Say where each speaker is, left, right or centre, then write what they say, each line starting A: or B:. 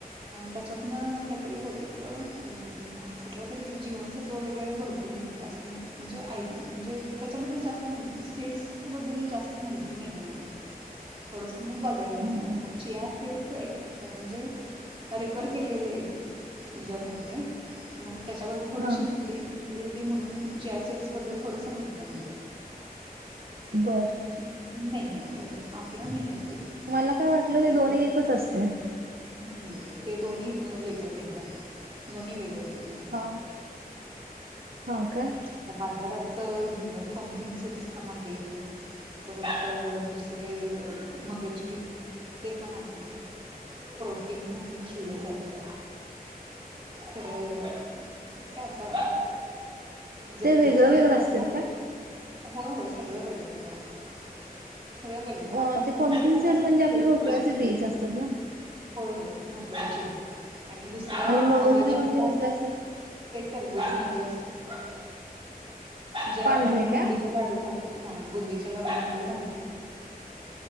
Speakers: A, on the right (about 35°); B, on the right (about 70°).
A: त्याच्यातन काहीतरी बहतेक अं कुठलं तरी जीवनसत्त्व वगैरे भरपूर मिळते असं म्हणजे म्हणजे त्याच्याबद्दल जास्त सेट्स बद्दल जास्त माहिती नाही आहे मला थोडस मग बघायला लागणार
B: हम्म हम्म.
A: मग चिया. ड म्हणजे रेफर केलेले एक जण होते म त्याच्याबद्दल थोडीशी
B: हा
A: माहिती. होती म्हणून चिया सीडस बद्दल थोडसं माहिती. ते मला.
B: बरं.
A: नाही ह य येवढ. आपलं नाहीयेते.
B: मला काय वाटलं
A: आपल्याला
B: ते दोन्ही एकच असते
A: नाही नाही ते दोन्ही वेगळं वेगळं आहे. दोन्ही वेगळं वेगळं आहे
B: हा हा का?
A: आता बाजारात तर पंकिंग सीड्स पण आहेत. परत दुसरे मगज बी ते पण आहेत प्रोटीन म्हणून खाल्लं जाते तरं काय आता. ज
B: ते वेगळं
A: जसं
B: वेगळं
A: ज्यांना
B: असत्यात का?
A: होय होय सगळं वेगळवेगळे असते. सगळं वेगळं
B: अ,
A: आता
B: ते
A: भरपूर
B: पम्किन
A: प्रकारचे
B: सीड म्हणजे
A: सिड
B: आपले भोपळ्याचे
A: होय
B: बीज असतात ना
A: होय भोपळ्याचीिली. आणि दुसरं
B: आणि
A: मगज
B: म्हणजे
A: बी आहे.
B: कसले असतात
A: ते टरबूज मधलं असतं. जे
B: पांढरे
A: आपण बुंदीच्या
B: का
A: लाडू मध्ये बुंदी चे त्या लाडूमध्ये घालतोय ना.